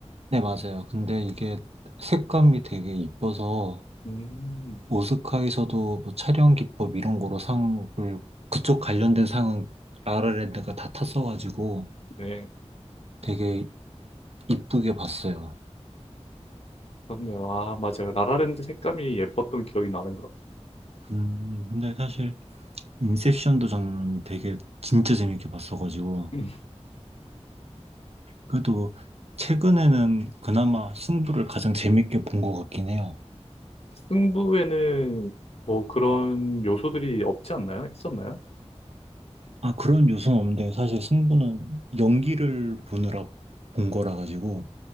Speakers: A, on the right; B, on the left.
A: 네, 맞아요. 근데 이게 색감이 되게 이뻐서
B: 음,
A: 오스카에서도 뭐 촬영 기법 이런 거로 상을 그쪽 관련된 상은 라라랜드가 다 탔어가지고
B: 네,
A: 되게 이쁘게 봤어요.
B: 그렇네요. 아, 맞아요. 라라랜드 색감이 예뻤던 기억이 나는 것 같아요.
A: 음, 근데 사실 인셉션도 저는 되게 진짜 재밌게 봤어가지고
B: 음.
A: 그래도 최근에는 그나마 승부를 가장 재밌게 본 것 같긴 해요.
B: 승부에는 뭐 그런 요소들이 없지 않나요? 있었나요?
A: 아, 그런 요소는 없는데 사실 승부는 연기를 보느라 본 거라 가지고